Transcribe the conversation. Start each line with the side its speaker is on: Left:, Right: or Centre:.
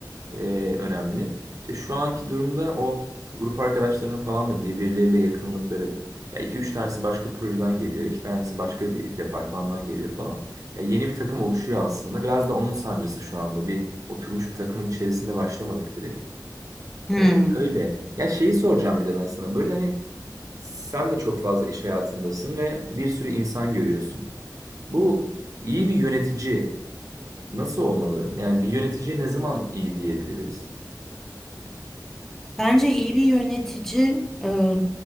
Right: e, önemli. İşte şu anki durumda o grup arkadaşlarının falan da birbirleriyle yakınlıkları. Ya iki üç tanesi başka projeden geliyor, iki tanesi başka bir departmandan geliyor falan. Ya yeni bir takım oluşuyor aslında. Biraz da onun sancısı şu anda. Bir oturmuş bir takımın içerisinde başlamadık direkt.
Centre: Hmm.
Right: E, öyle. Ya şeyi soracağım bir de ben sana. Böyle hani sen de çok fazla iş hayatındasın ve bir sürü insan görüyorsun. Bu iyi bir yönetici nasıl olmalı? Yani bir yöneticiye ne zaman iyi diyebiliriz?
Centre: Bence iyi bir yönetici e,